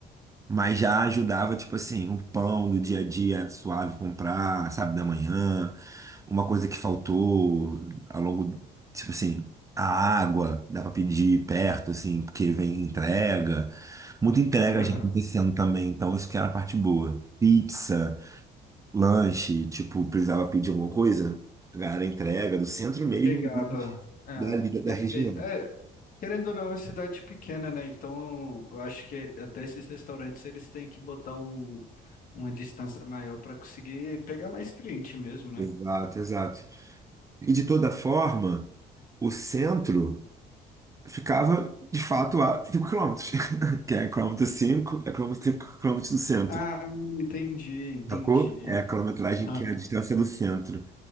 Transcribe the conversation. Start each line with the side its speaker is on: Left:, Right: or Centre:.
Right: Mas já ajudava, tipo assim, o pão do dia a dia era suave comprar, sabe, da manhã, uma coisa que faltou ao longo, tipo assim, a água, dá pra pedir perto, assim, porque vem entrega. Muita entrega
Left: Aham.
Right: já acontecendo também, então isso que era a parte boa. Pizza. lanche, tipo, precisava pedir alguma coisa, a galera entrega do centro mesmo
Left: Chegava.
Right: e vende
Left: Ah,
Right: dali da, da
Left: perfeito.
Right: região.
Left: É, querendo ou não, é uma cidade pequena, né? Então, eu acho que até esses restaurantes eles têm que botar um, uma distância maior para conseguir pegar mais cliente mesmo, né?
Right: Exato, exato. E de toda forma, o centro ficava de fato a 5 quilômetros <laughs> que é quilômetro 5 é quilômetro 5 quilômetros do centro.
Left: Ah, entendi, entendi,
Right: Sacou? É
Left: então.
Right: a quilometragem
Left: Aham,
Right: que é a distância do centro.